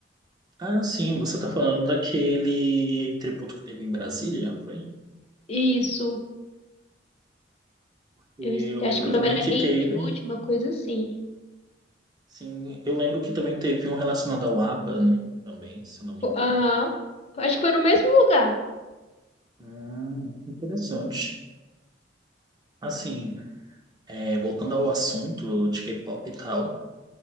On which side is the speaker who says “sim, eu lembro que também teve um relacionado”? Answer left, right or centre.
Right